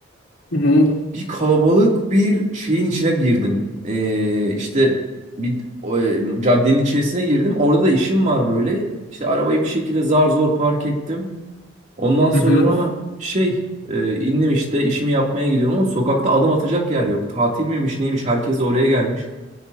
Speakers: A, on the left; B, on the right.
A: Hı hı,
B: Bir kalabalık bir şeyin içine girdim. Ee, işte bir o, e, caddenin içerisine girdim. Orada da işim var böyle. İşte arabayı bir şekilde zar zor park ettim. Ondan sonra
A: hı hı,
B: şey e, indim işte işimi yapmaya gidiyorum ama sokakta adım atacak yer yok. Tatil miymiş neymiş herkes de oraya gelmiş.